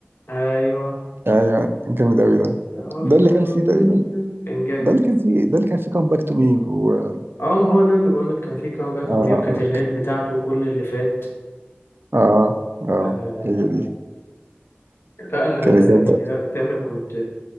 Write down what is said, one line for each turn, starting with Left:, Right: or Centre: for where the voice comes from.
Left: أيوه
Right: أيوة جامد أوي ده
Left: تعرف
Right: ده اللي
Left: لو
Right: كان فيه
Left: انت
Right: تقريبا
Left: كان جامد
Right: ده اللي كان فيه ده اللي كان فيه كام باك تو مي و
Left: اه ما هو ده اللي بقول لك كان فيه كام باك
Right: اه
Left: تو مي وكانت
Right: اه
Left: الهيد بتاعته كل اللي فات
Right: اه آه،
Left: آه
Right: هي دي
Left: لا انا
Right: كانت
Left: يعني
Right: جامدة
Left: لا تامر كنت